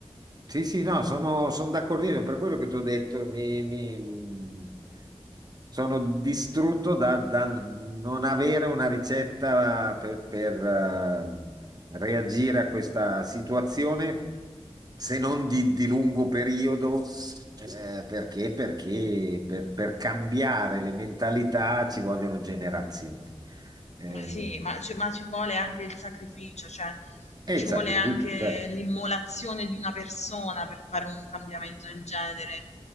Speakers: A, on the right; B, on the left.
A: Sì, sì, no, sono, sono d'accordissimo, per quello che ti ho detto, mi, mi- sono distrutto da- dal non avere una ricetta per, per, eh, reagire a questa situazione, se non di, di lungo periodo, eh, perché, perché per, per cambiare le mentalità ci vogliono generazioni. Eh,
B: Ma sì, ma, ci ma ci vuole anche il sacrificio, cioè
A: e
B: ci
A: il sacrificio,
B: vuole anche
A: certo.
B: l'immolazione di una persona per fare un cambiamento del genere.